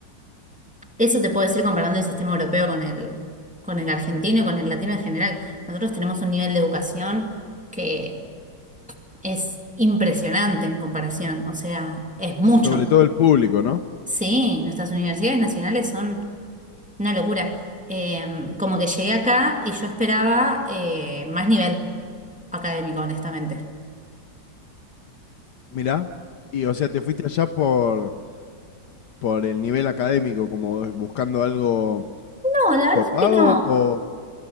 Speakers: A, in the centre; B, on the left.
A: eso te puedo decir comparando el sistema europeo con el, con el argentino y con el latino en general. Nosotros tenemos un nivel de educación que es impresionante en comparación. O sea, es mucho
B: sobre
A: mejor.
B: todo el público, ¿no?
A: Sí, nuestras universidades nacionales son una locura. Em, como que llegué acá y yo esperaba eh, más nivel académico, honestamente.
B: Mirá, y o sea, te fuiste allá por, por el nivel académico, como buscando algo
A: No, la
B: copado
A: verdad es que no.
B: o...